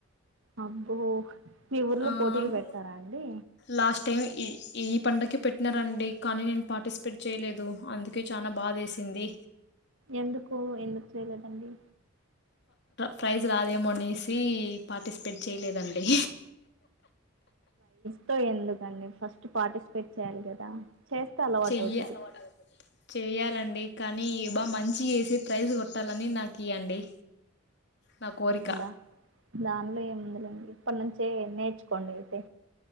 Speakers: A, on the right; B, on the left.
A: అబ్బో మీ ఊర్లో
B: ఆ,
A: పోటీలు పెడతారా అండి
B: లాస్ట్ టైం ఈ ఈ పండగ పెట్టినారండి కానీ నేను పార్టిసిపేట్ చేయలేదు అందుకే చానా బాదేసింది
A: ఎందుకు ఎందుకు చేయలేదండి
B: ప్రైజ్ రాదేమో అనేసి పార్టిసిపేట్ చేయలేదండి
A: <unintelligible> కాన్ని ఫస్ట్ పార్టిసిపేట్ చేయాలి కదా చేస్తే అలవాటు
B: చెయ్య
A: అవుతుంది
B: చేయాలండి కానీ బా మంచి చేసి ప్రైజ్ కొట్టాలని నాకు <unintelligible> నా కోరిక
A: అదా దానిలో ఏముందిలేండి ఇప్పటి నుంచి చ్చే నేర్చుకోండి అయితే